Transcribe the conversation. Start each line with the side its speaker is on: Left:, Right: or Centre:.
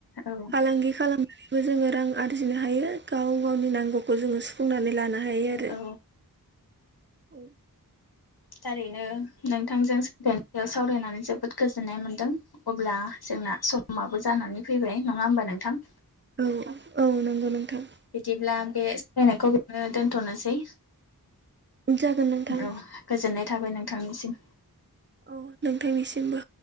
Left: औ
Right: फालांगि खालाम जोङो रां आरजिनो हायो गाव गावनि नांगौखौ जोङो सुफुंनानै लानो हायो आरो।
Left: औ
Right: औ
Left: थारैनो नोंथांजों <unintelligible> सावरायनानै जोबोद गोजोननाय मोन्दों अब्ला जोंना समाबो जानानै फैबाय नङा होमबा नोंथां?
Right: औ औ नंगौ नोंथां
Left: बिदिब्ला बे <unintelligible> दोनथ'नोसै
Right: जागोन नोंथां
Left: औ गोजोननाय थाबाय नोंथांनिसिम।
Right: औ नोंथांनिसिमबो।